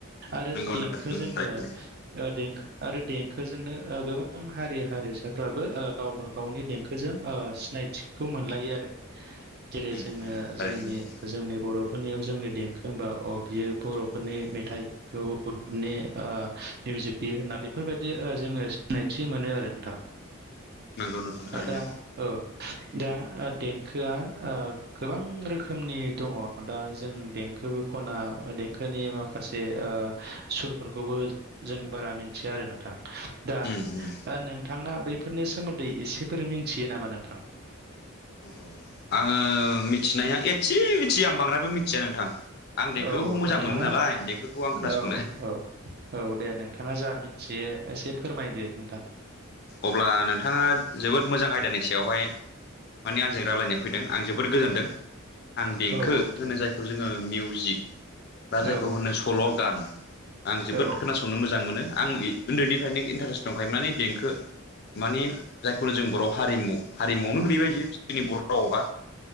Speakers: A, on the right; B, on the left.
A: आरो
B: नंगौ
A: देंखोजोंनो।
B: नोंथां थारैनो
A: देंखो आरो देंखोजोंनो गोबां हारि हारिसाफ्राबो गावबा गावनि देंखोजों सिनायथिखौ मोनलायो आरो। जेरै
B: उम
A: जोङो
B: उम थारैनो
A: जोंनि
B: नोंथां
A: जोंनि बर'फोरनियाव जोंनि देंखो होमबा अ बियो बर'फोरनि मेथाइ उफोरनि मिउजिक बियो होना बेफोरबायदि जोङो सिनायथि मोनो आरो नोंथां।
B: नंगौ नोंथां थारैनो
A: आदा औ दा देंखोआ गोबां रोखोमनि दङ दा जों देंखोबो खना देंखोनि माखासे सुरफोरखौबो जों बारा मिथिया आरो नोंथां। दा
B: उम उम
A: नोंथांङा बैफोरनि सोमोन्दै एसेफोर मिन्थियो नामा नोंथांङा।
B: अ आंङो मिथिनाया ए। एसे मिथिया आं बांद्रायबो मिथिया नोंथां आं देंखखौ
A: औ
B: मोजां
A: नोंथाङा
B: मोनो नालाय देंखोखौ आं
A: औ
B: खोनासंनो।
A: औ औ दे नोंथांङा जा मिथियो एसे फोरमायदो नोंथां।
B: अब्ला नोंथांङा जोबोद मोजां आयदानि सायावहाय माने आंजों रायज्लायनो फैदों आं जोबोद गोजोनदों। आं देंखो
A: औ नोंथां
B: होनो
A: दे
B: जायखौ जोंङो मिउजिक। दा
A: औ
B: जायखौ होनो सल' गान आं
A: औ
B: जोबोद खोनासं संनो मोजां मोनो आं उन्दैनिफ्रायनो इन्टारेस्ट दंखायो माने देंखो मानिे जायखौु जों बर' हारिमु हारिमुआवनो गोल्लैबाय ज जोंनि बर' राव बा